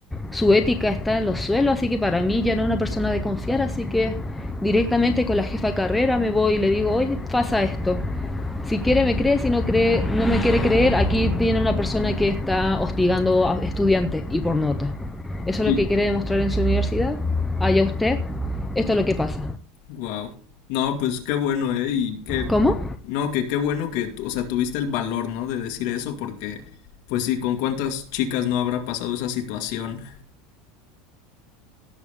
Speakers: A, in the centre; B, on the left.
A: su ética está en los suelos, así que para mí ya no es una persona de confiar, así que directamente con la jefa de carrera me voy y le digo, oye, pasa esto. Si quiere me cree, si no cree, no me quiere creer, aquí tiene una persona que está hostigando a estudiantes y por nota. Eso
B: Y
A: es lo que quiere demostrar en su universidad. Allá usted, esto es lo que pasa.
B: wow. No, pues qué bueno, ¿eh? Y qué
A: ¿Cómo?
B: no, que qué bueno que, tú- o sea, tuviste el valor, ¿no? De decir eso porque pues sí, con cuántas chicas no habrá pasado esa situación.